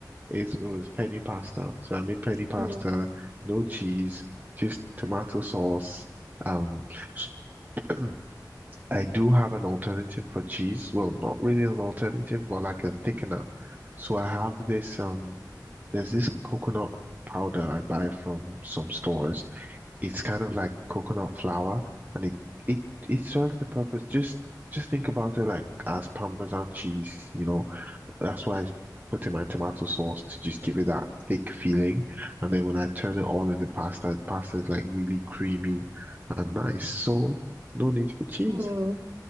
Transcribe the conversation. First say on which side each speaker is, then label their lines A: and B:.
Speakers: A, on the right (about 25°); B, on the right (about 50°).
A: It's, it was penny pasta. So I made penny pasta,
B: Ooh,
A: no cheese, just tomato
B: mhm.
A: sauce. Um, <sniffs> <clears throat> I do have an alternative for cheese. Well, not really an alternative, but like a thickener. So I have this um there's this coconut powder I buy from some stores. It's kind of like coconut flour and it it it serves the purpose. Just just think about it like as Parmesan cheese, you know. That's why I put in my tomato sauce to just give it that thick feeling. And then when I turn it all in the pasta, the pasta is like really creamy and nice. So no need for cheese.
B: ooh,